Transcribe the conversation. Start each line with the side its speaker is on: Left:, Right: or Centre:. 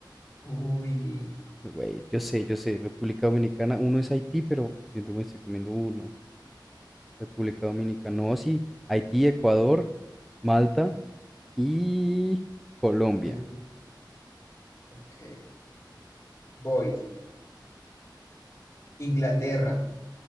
Left: Uy,
Centre: Güey, yo sé, yo sé, República Dominicana, uno es Haití, pero siento que me estoy comiendo uno. República Dominicana, no, sí, Haití, Ecuador, Malta y Colombia.
Left: y el- ok. Voy. Inglaterra,